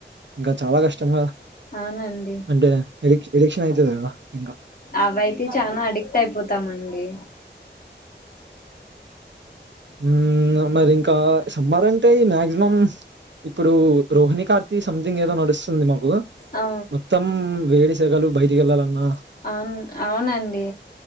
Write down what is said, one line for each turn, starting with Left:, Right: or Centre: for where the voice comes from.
Right: ఇంకా చాలా కష్టం
Left: అవునండి
Right: అంటే ఎలక్ష ఎలక్షన్ అయితది కదరా ఇంకా
Left: అవ్వయితే చానా అడిక్ట్ అయిపోతామండి.
Right: ఉ మరి ఇంకా సమ్మర్ అంటే మ్యాక్సిమం ఇప్పుడు రోహిణి కార్తి సంథింగ్ ఏదో నడుస్తుంది మాకు
Left: ఆ
Right: మొత్తం వేడి సెగలు బయటికి ఎళ్ళాలన్నా
Left: అవును అవునండి